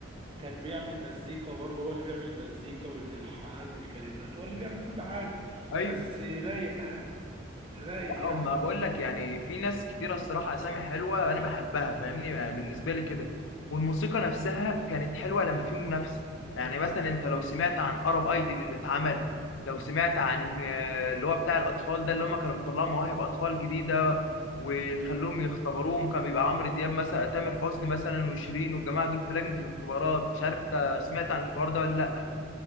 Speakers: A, on the right (about 25°); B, on the left (about 70°).
A: كان بيعمل مزيكا برضه هو اللي بيعمل مزيكا والالحان والكلمات هو اللي بيعمل كل حاجه
B: ايوه
A: بس رايق آه، رايق
B: لا،
A: يعني
B: اما بقول لك يعني في ناس كتيره الصراحه اسامي حلوه انا بحبها فاهمني يعني بالنسبه لي كده والموسيقى نفسها كانت حلوه لما في منافسه يعني مثلا انت لو سمعت عن ارب ايدل اللي اتعمل لو سمعت عن آه، اللي هو بتاع الاطفال ده اللي هم كانوا بيطلعوا مواهب اطفال جديده ويخلوهم يختبروهم كان بيبقى عمرو دياب مثلا تامر حسني مثلا وشيرين والجماعه دول في لجنه الاختبارات مش عارف انت سمعت عن الحوار ده ولا